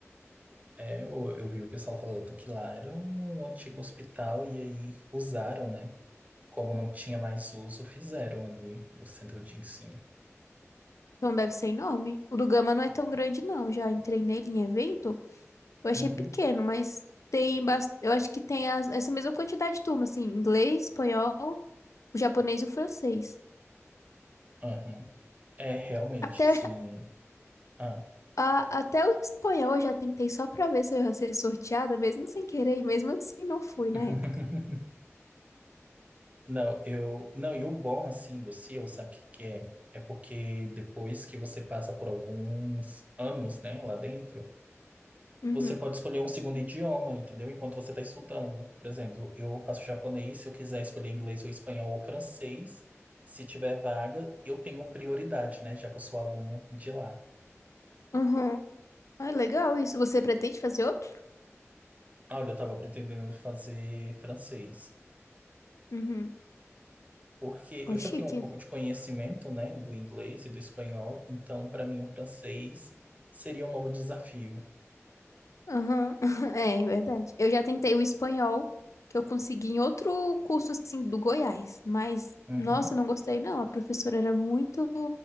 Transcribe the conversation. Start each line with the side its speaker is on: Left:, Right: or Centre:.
Right: É, eu, eu vi o pessoal falando que lá era um antigo hospital e aí usaram, né? como não tinha mais uso, fizeram ali o centro de ensino.
Left: Então deve ser enorme. O do Gama não é tão grande, não. Já entrei nele em evento, eu achei
Right: Uhum.
Left: pequeno, mas tem bas- eu acho que tem as- essa mesma quantidade de turma, assim, inglês, espanhol, o japonês e o francês.
Right: Aham. É, realmente,
Left: Até,
Right: assim. Ah.
Left: a- até o espanhol eu já tentei só pra ver se eu ia ser sorteada, mesmo sem querer, e mesmo assim não fui na
Right: <laughs>
Left: época.
Right: Não, eu. Não, e o bom, assim, do CIO, sabe o que que é? É porque depois que você passa por alguns anos, né, lá dentro,
Left: Uhum.
Right: você pode escolher um segundo idioma, entendeu? Enquanto você está estudando. Por exemplo, eu faço japonês, se eu quiser escolher inglês ou espanhol ou francês, se tiver vaga, eu tenho prioridade, né, já que eu sou aluno de lá.
Left: Uhum. Ah, legal isso. Você pretende fazer outro?
Right: Olha, eu estava pretendendo fazer francês,
Left: Uhum.
Right: porque eu
Left: É
Right: já
Left: chique.
Right: tenho um pouco de conhecimento, né, do inglês e do espanhol, então para mim o francês seria um novo desafio.
Left: Aham, <laughs> É, é verdade. Eu já tentei o espanhol, que eu consegui em outro curso, assim, do Goiás. Mas,
Right: Uhum.
Left: nossa, eu não gostei, não. A professora era muito,